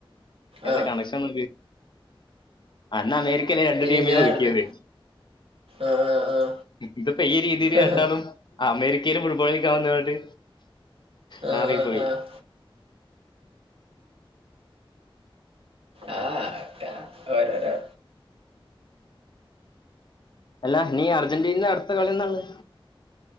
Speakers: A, on the left; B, on the right.
A: ഏതാ
B: ആഹ്
A: കണക്ഷൻ അന്നാ അമേരിക്ക രണ്ട്
B: ഇതിങ്ങനെയായിരുന്നു
A: ടീമിനെ ഒതുക്കിയത്
B: ആഹ്
A: ഇതിപ്പോ ഈ രീതിൽ
B: ആഹ്
A: രണ്ടാലും അമേരിക്ക ഫുട്ബോൾ കളിക്കാൻ വാന്ന്ങ്ങണ്ട്
B: ആഹ്
A: നാറിപ്പോയി
B: ആഹ് ആഹ് ആഹ്ട്ട ഓരോരോ
A: അല്ല നീ അർജന്റീനെ അടുത്ത കളിന്നളത്